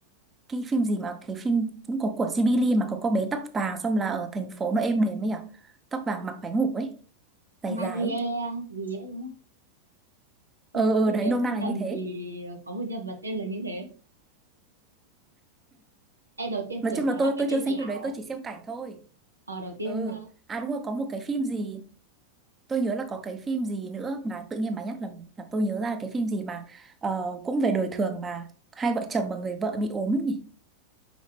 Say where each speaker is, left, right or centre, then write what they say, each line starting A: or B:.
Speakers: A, on the right; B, on the right.
A: cái phim gì mà cái phim cũng có của Ghibli mà có cô bé tóc vàng xong là ở thành phố nó êm đềm ấy à tóc vàng mặc váy ngủ ấy dài
B: Maria
A: dài ấy.
B: gì ấy đúng không? Tôi
A: ờ ờ
B: tôi
A: đấy
B: nhớ
A: nôm
B: không
A: na là
B: nhầm
A: như thế
B: thì có một nhân vật tên là như thế. Em đầu tiên
A: nói
B: tưởng
A: chung là
B: nó là
A: tôi
B: cái
A: tôi
B: phim
A: chưa xem
B: kỳ ảo
A: phim đấy
B: ấy.
A: tôi chỉ xem cảnh thôi
B: Ờ đầu tiên
A: ừ
B: ờ,
A: à đúng rồi có một cái phim gì tôi nhớ là có cái phim gì nữa mà tự nhiên bà nhắc làm làm tôi nhớ ra cái phim gì mà ờ, cũng về đời thường mà hai vợ chồng mà người vợ bị ốm ấy nhỉ